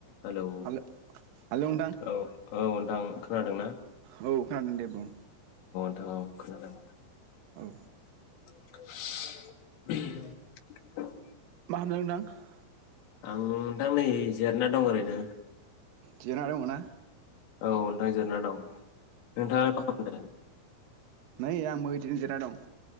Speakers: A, on the left; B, on the right.
A: हेलौ
B: हेल' हेल' नोंथां
A: औ औ ओं खोनादों ना?
B: औ खोनादों दे बुं।
A: <unintelligible> खोनादों नोंथां।
B: औ।
A: <inaudible>
B: <unintelligible>
A: आं नोंथां नै जेरायना दं ओरैनो।
B: जिराना दङना?
A: औ नोंथां जिरायना दं। नोंथाङा मा खामदो?
B: नै आंबो इदिनो जिरायना दं।